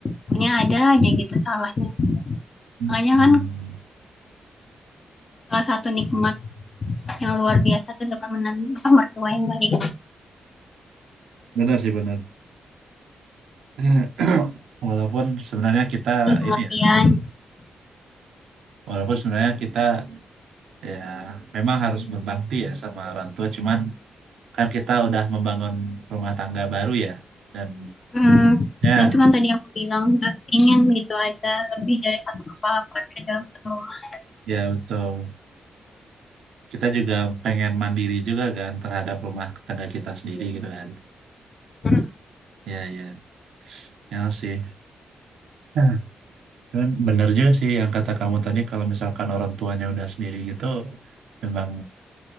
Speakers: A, on the left (about 50°); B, on the right (about 90°).
A: pokoknya ada aja gitu salahnya.
B: Hmm,
A: Makanya kan salah satu nikmat yang luar biasa tuh dapat menantu apa mertua yang baik
B: Benar sih benar. <clears throat> Walaupun sebenarnya kita
A: di pengertian.
B: ini ya, walaupun sebenarnya kita ya memang harus berbakti ya sama orang tua, cuman kan kita udah membangun rumah tangga baru ya, dan
A: Hmm,
B: ya
A: nah itu kan tadi aku bilang nggak pengen gitu ada lebih dari satu kepala keluarga dalam satu rumah.
B: ya betul kita juga pengen mandiri juga kan terhadap rumah tangga kita sendiri gitu kan.
A: Hmm.
B: Ya ya, ya sih. Nah, Cuman benar juga sih yang kata kamu tadi kalau misalkan orang tuanya udah sendiri gitu, memang